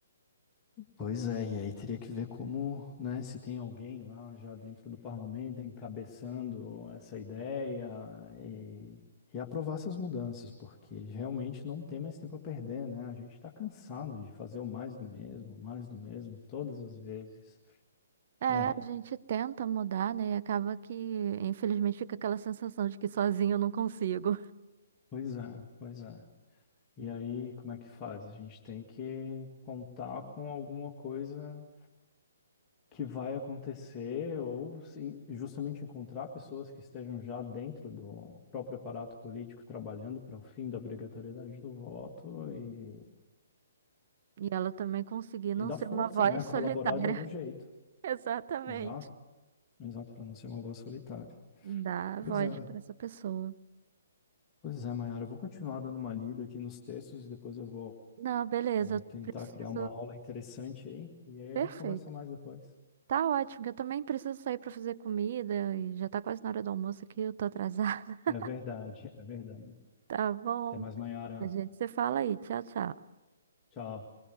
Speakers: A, on the left (about 20°); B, on the right (about 45°).
A: Pois é, e aí teria que ver como, né, se tem alguém lá já dentro do parlamento encabeçando essa ideia e, e aprovar essas mudanças, porque realmente não tem mais tempo a perder, né? A gente está cansado de fazer o mais do mesmo, mais do mesmo, todas as vezes.
B: É,
A: É,
B: a gente tenta mudar, né? E acaba que, infelizmente, fica aquela sensação de que sozinho eu não consigo.
A: pois é, pois é. E aí, como é que faz? A gente tem que contar com alguma coisa que vai acontecer ou se justamente encontrar pessoas que estejam já dentro do próprio aparato político trabalhando para o fim da obrigatoriedade do voto e,
B: E ela também conseguir não
A: e dar
B: ser
A: força,
B: uma voz
A: né? <laughs> Colaborar
B: solitária.
A: de algum jeito.
B: <laughs> Exatamente.
A: Exato, exato, para não ser uma voz solitária.
B: Dá
A: Pois
B: voz
A: é,
B: para essa pessoa.
A: pois é, Mayara, eu vou continuar dando uma lida aqui nos textos e depois eu vou
B: Não, beleza,
A: vou
B: eu
A: tentar
B: preciso.
A: criar uma aula interessante aí e aí a
B: Perfeito.
A: gente conversa mais depois.
B: Tá ótimo, que eu também preciso sair para fazer comida e já tá quase na hora do almoço aqui, eu tô atrasada. <laughs>
A: É verdade, é verdade.
B: Tá bom?
A: Até mais, Mayara.
B: A gente se fala aí. Tchau, tchau.
A: Tchau.